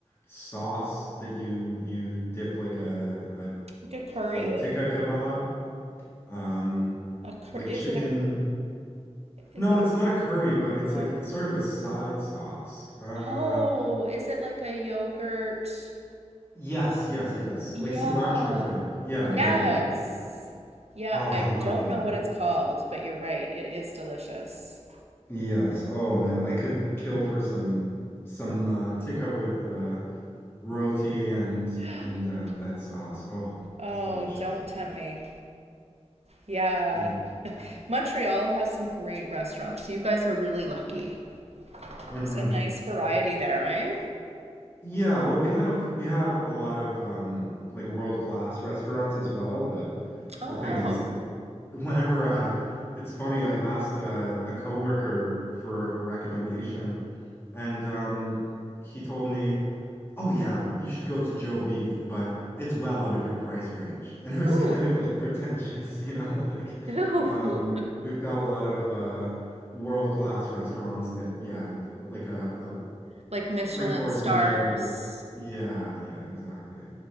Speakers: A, on the left; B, on the right.
A: sauce that you you dip like a
B: Like a curry?
A: a, a tikka kebab, um,
B: A cur
A: like
B: is
A: chicken.
B: it a is
A: No,
B: it
A: it's
B: a
A: not a curry, but it's
B: no?
A: like it's sort of a side sauce. Uh,
B: Oh, is it like a yogurt?
A: Yes, yes, yes.
B: Yeah.
A: Like cilantro type. Yeah,
B: Yes.
A: yeah, yeah.
B: Yeah,
A: Oh,
B: I
A: I love
B: don't
A: that.
B: know what it's called, but you're right. It is delicious.
A: Yes. Oh man, I could kill for some some uh, tikka with uh, roti and
B: <gasps>
A: and uh, that sauce. Oh,
B: Oh,
A: it's delicious.
B: don't tempt me. Yeah.
A: Yeah.
B: Montreal has some great restaurants. You guys are really lucky.
A: hmm
B: There's a nice variety there, eh?
A: Yeah, well, we have we have a lot of um like world-class restaurants as well, but
B: Oh,
A: the thing
B: wow.
A: is that whenever uh it's funny, I asked a, a coworker for a recommendation and um he told me, "Oh yeah, you should go to Joe Beef, but it's well out of your price range." And it was
B: Ooh.
A: <laughs> kind of like pretentious, you know, <laughs> like
B: Ooh.
A: um we've got a lot of uh world-class restaurants that yeah, like uh, a,
B: <laughs> Like Michelin
A: three course
B: stars.
A: meal would yeah yeah exactly